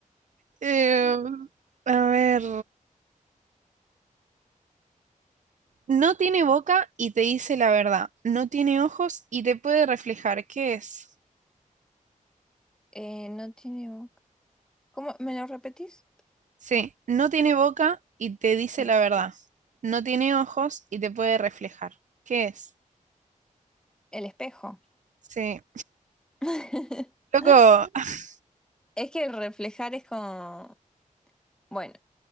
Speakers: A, on the right; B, in the centre.
A: Eh, a ver. No tiene boca y te dice la verdad. No tiene ojos y te puede reflejar. ¿Qué es?
B: Eh, no tiene boca. ¿Cómo? ¿Me lo repetís?
A: Sí, no tiene boca y te dice
B: Sí.
A: la verdad. No tiene ojos y te puede reflejar. ¿Qué es?
B: El espejo.
A: Sí.
B: <laughs>
A: Loco. <laughs>
B: Es que el reflejar es como... Bueno,